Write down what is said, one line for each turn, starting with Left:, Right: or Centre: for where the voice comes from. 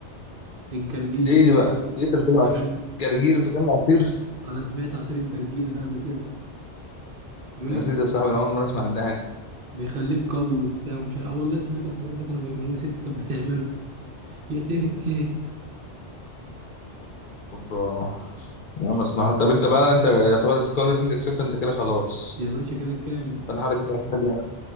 Right: الجرجير
Left: دي ايه دي بقى ايه اللي
Right: الجرجير
Left: بتعمل عصير جرجير بتعمل عصير
Right: انا سمعت عصير الجرجير ده قبل كده بيقول
Left: يا
Right: لك
Left: سيدي يا صاحبي انا اول مره اسمع عن ده
Right: بيخليك قوي وبتاع ومش عارف اه والله سمعت الحوار ده كانوا بيعملوه ست كانت بتعمله <laughs> يا ست
Left: اوبا انا ما اسمع طب انت بقى انت يعتبر الجوله دي انت كسبت انت كده خلاص
Right: يا باشا كده كام
Left: فانا هحاول اجيب لك حاجه